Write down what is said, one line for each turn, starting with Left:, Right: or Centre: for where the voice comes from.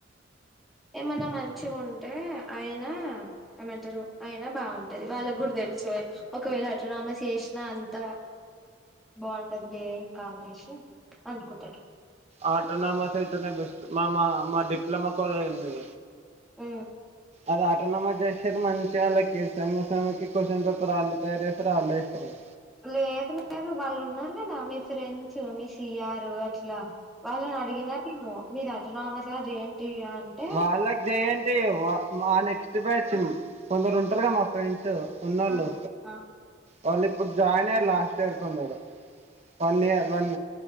Centre: ఏమన్నా మంచి ఉంటే అయినా ఏమంటారు అయన బాగుంటది వాళ్ళకు కూడా తెలుసె ఒకవేళ అటోనామస్ చేసిన అంత బాగుండద్ లే ఇంకా అనేష్ అన్కుంటారు
Right: ఆటోనామస్ అయితేనే బెస్ట్ మా మా మా డిప్లొమా కోలేజ్ వుంది
Centre: ఊ
Right: అది ఆటన్ నమ్మా చేశారు మంచిగా వాళ్ళకి సమ్ సమ్కి క్వశ్చన్ పేపర్ వాళ్ళు తయారు చేసారు వాళ్ళు ఇస్తారు కద
Centre: లేదు లేదు వాళ్ళు ఉన్నారు కదా మీ ఫ్రెండ్స్ మీ సిఆరు అట్లా వాళ్ళని అడిగినా నేను మీరు ఆటోనామస్ ఆ జేఎన్టీయూ అంటే
Right: వాళ్ళకి చేయండి మా నెక్స్ట్ బ్యాచ్ కొందరు ఉంటారు క మా ఫ్రెండ్స్ ఉన్నళ్ళు
Centre: ఆహా,
Right: వాళ్ళు ఇప్పుడు జాయిన్ అయ్యరు లాస్ట్ ఇయర్ కొందరు వన్ ఇయర్ ఒన్